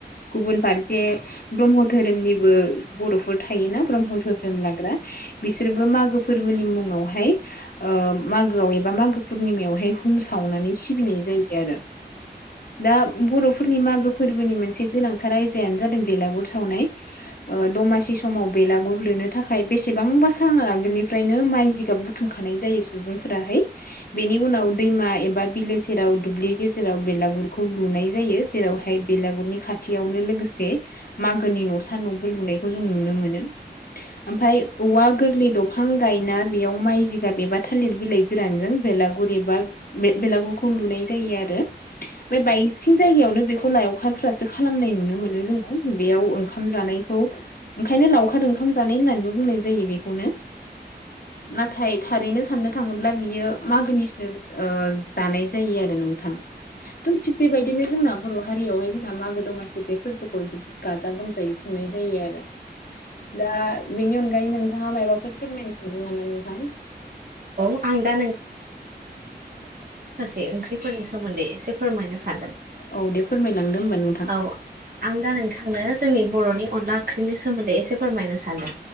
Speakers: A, on the left; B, on the right.
A: गुबुन फारसे ब्रह्म धोरोमनिबो बर'फोर थायोना ब्रह्म धोरोम लाग्रा बिसोरबो मागो फोरबोनि मुं आवहाय ओ मागोआव एबा मागो पुर्निमायावहाय हुम सावनानै सिबिनाय जायो आरो दा बर'फोरनि मागो फोरबोनि मोनसे गोनांथार आयजायानो जादों बेलागुर सावनाय ओ दमासि स माव बेलागुर लुनो थाखाय बेसेबांबासा सान आगोलनिफ्रायनो माइ जिगाब बुथुमखानाय जायो। सुबुंफोराहाय बेनि उनाव दैमा एबा बिलो सेराव दुब्लि गेजेराव बेलागुरखौ लु नाय जायो जेरावहाय बेलागुरनि खाथियावनो लोगोसे मागोनि न'सा न'बो लुनायखौ जों नु नुनो मोन ओमफाय औवा गोरलै दंफां गायना बेयाव माइ जिगाब एबा थालिर बिलाइ गोरानजों बेलागुर एबा बेलागुरखौ लुनाय जायो आरो बे बायसिं जायगायावनो बेखौ लायावखारफ्रासो खालामनाय नुनो मोनो जोङो बेयाव ओंखाम जानायखौ ओंखा यनो लाउखार ओंखाम जानाय दोननानैबो बुनाय जायो बेखौनो नाथाय थारैनो साननो थाङोब्ला बियो मागोनिसो ओ जानाय जायो आरो नों थां थिंग बेबायदि बिदिनो जोंना बर' हारियावहाय जोंना मागो दमासि बे फोरबोखौ जोबोद गाजा गोमजायै खुंनाय जायो आरो दा बेनि अनगायै नोंथाङा मायाबाफोर फोरमायनो सानदों नामा नोंथां।
B: आं दा ओइ ओंख्रिफोरनि सोमोनदै ऐसे फोरमायनो सामदों
A: औ दे फोरमायलांदो होमबा नोंथां
B: औ आं दा नोंथांनो जोंनि बर'नि अनला ओंख्रिनि सोमोन्दै एसे फोरमायनो सानदों।